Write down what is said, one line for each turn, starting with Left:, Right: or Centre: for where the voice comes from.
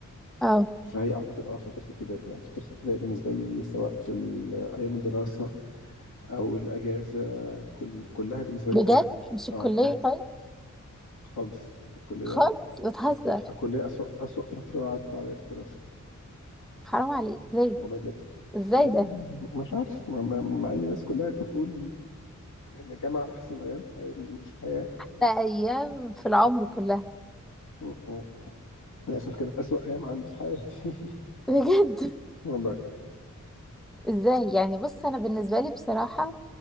Centre: اه
Left: فهي أعتقد أه فترة ابتدائي يعني فترة ابتدائي بالنسبة لي سواء في ال- أيام الدراسة أو الأجازة كل كلها بالنسبة لي
Centre: بجد
Left: كانت
Centre: مش الكلية
Left: أه كانت
Centre: طيب
Left: خالص الكلية
Centre: خالص بتهزر
Left: الكلية أسوأ أسوأ فترة عدت عليا في الدراسة
Centre: حرام عليك ليه؟
Left: والله بجد
Centre: ازاي
Left: لا،
Centre: ده؟
Left: مش عارف مع, مع, مع ان الناس كلها بتقول ان الجامعه احسن ايام في الحياه
Centre: ده ايام في العمر كلها
Left: م- م. للاسف كانت اسوأ ايام عندي في حياتي
Centre: بجد
Left: <laughs> والله
Centre: <laughs> ازاي يعني بص انا بالنسبة لي بصراحة